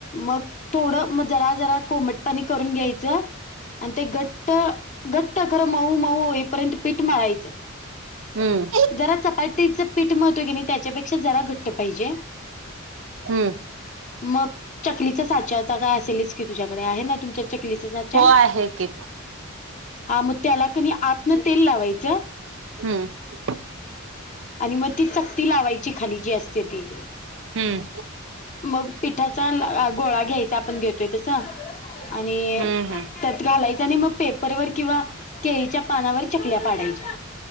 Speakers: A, on the left; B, on the right.
A: मग थोडं मग जरा जरा कोमट पाणी करून घ्यायचं आणि ते घट्ट घट्ट खरं मऊ मऊ होईपर्यंत पीठ मळायचं
B: हम्म.
A: जरा चपाटीच पीठ मिळतोय कणी त्याच्यापेक्षा जरा घट्ट पाहिजे
B: हम्म
A: मग चकलीच्या साच्यात एखादा असेलच की तुझ्याकडे आहे ना तुमच्या चकलीचा साच्या
B: हो आहे की
A: हा मग त्याला कणी आतनं तेल लावायचं
B: हम्म!
A: आणि मग ती चकती लावायची खाली जी असते ती-
B: हम्म.
A: मग पिठाचा गोळा घ्यायचा आपण घेतोय तस आणि
B: हम्म हम्म
A: त्यात घालायच आणि मग पेपरवर किंवा केळीच्या पानावर चकल्या पाडायच्या.